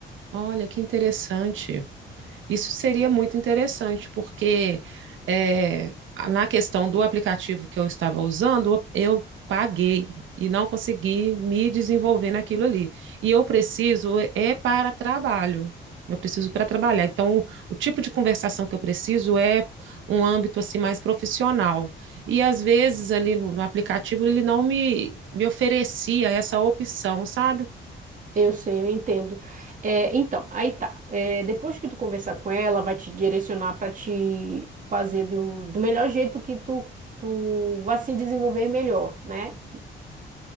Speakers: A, on the right (about 75°); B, on the right (about 40°).
A: Olha, que interessante. Isso seria muito interessante, porque eh, na questão do aplicativo que eu estava usando, eu paguei e não consegui me desenvolver naquilo ali. E eu preciso eh, é para trabalho. Eu preciso para trabalhar. Então, o tipo de conversação que eu preciso é um âmbito assim mais profissional. E às vezes ali no, no aplicativo ele não me, me oferecia essa opção, sabe?
B: Eu sei, eu entendo. É, então, aí tá. É, depois que tu conversar com ela, vai te direcionar para te fazer do, do melhor jeito que tu, tu vai se desenvolver melhor, né?